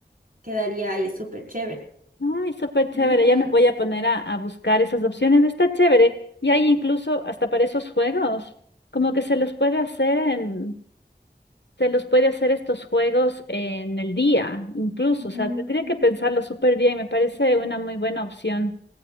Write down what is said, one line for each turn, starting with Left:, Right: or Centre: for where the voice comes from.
Right: quedaría ahí súper chévere.
Left: Ay, súper chévere,
Right: Yo creo.
Left: ya me voy a poner a, a buscar esas opciones, está chévere. Y hay incluso hasta para esos juegos, como que se los puede hacer en, se los puede hacer estos juegos en el día, incluso,
Right: ujú,
Left: o sea, tendría que
Right: ujú.
Left: pensarlo súper bien, me parece una muy buena opción.